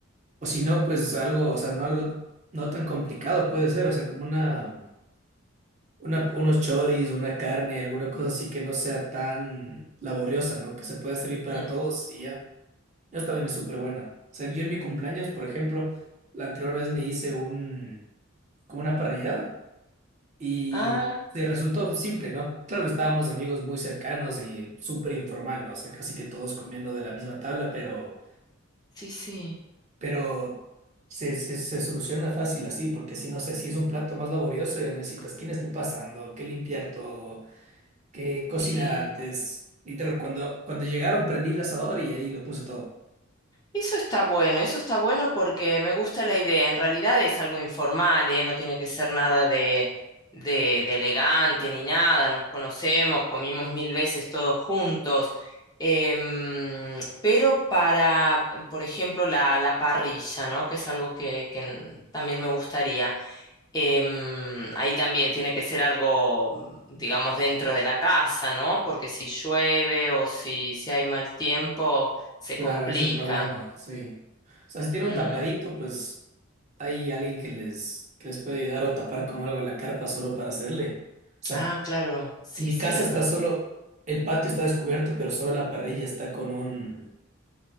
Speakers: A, on the right (about 35°); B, on the left (about 20°).
A: O si no, pues algo, o sea, no algo no tan complicado puede ser, o sea, como una, una, unos choris, una carne, alguna cosa así que no sea tan laboriosa, ¿no? Que se pueda servir para
B: Mm.
A: todos y ya. Esa también es súper buena. O sea, yo en mi cumpleaños, por ejemplo, la anterior vez me hice un, como una parrillada y
B: Ah,
A: se resultó simple, ¿no? Claro que estábamos amigos muy cercanos y súper informal, ¿no? O sea, casi que todos comiendo de la misma tabla, pero,
B: sí, sí.
A: pero se, se, se soluciona fácil así, porque si no sé, si es un plato más laborioso, ya necesitas quién esté pasando, qué limpiar todo, qué cocinar
B: Sí.
A: antes. Literal, cuando, cuando llegaron prendí el asador y ahí lo puse todo.
B: Eso está bueno, eso está bueno porque me gusta la idea. En realidad es algo informal, ¿eh? No tiene que ser nada de, de, de elegante ni nada. Nos conocemos, comimos mil veces todos juntos. Em, pero para, por ejemplo, la, la parrilla, ¿no? Que es algo que, que n- también me gustaría. Em, ahí también tiene que ser algo, mm, digamos, dentro de la casa, ¿no? Porque si llueve o si, si hay mal tiempo, se
A: Claro,
B: complica.
A: ese es el problema, sí. O sea, si tiene
B: Mm,
A: un tapadito, pues hay alguien que les, que les puede ayudar o tapar con algo la carpa solo para hacerle. O sea,
B: Ah, claro, sí,
A: en mi casa
B: sí, la
A: está
B: pers
A: solo, el patio está descubierto, pero solo la parrilla está con un,